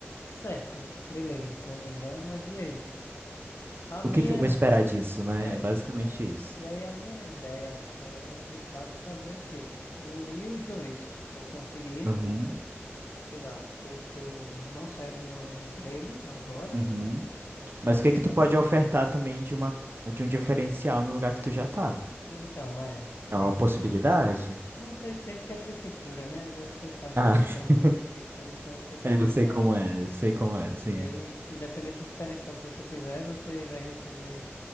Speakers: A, on the left (about 80°); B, on the right (about 55°).
A: Certo, beleza, tô migrando, mas e aí? A minha.
B: O que que eu vou esperar disso, né?
A: É,
B: É basicamente
A: exato.
B: isso.
A: E aí, a minha ideia é, de fato, fazer o quê? Tipo, unir os dois. Tipo, eu conseguir.
B: Uhum.
A: sei lá, que eu, que eu não saia do meu emprego agora.
B: Uhum.
A: Tipo, talvez.
B: Mas o que que tu pode ofertar também de uma, de um diferencial no lugar que tu já tá?
A: Então, é,
B: É
A: tem
B: uma
A: isso.
B: possibilidade?
A: Não sei se tem porque é a prefeitura, né? Às vezes você sabe,
B: Ah,
A: você trabalha
B: <laughs>
A: em prefeitura, então você sabe
B: é, eu
A: como
B: sei como
A: é, né?
B: é, eu sei como é, sim.
A: E aí, independente do diferencial que você tiver, você vai receber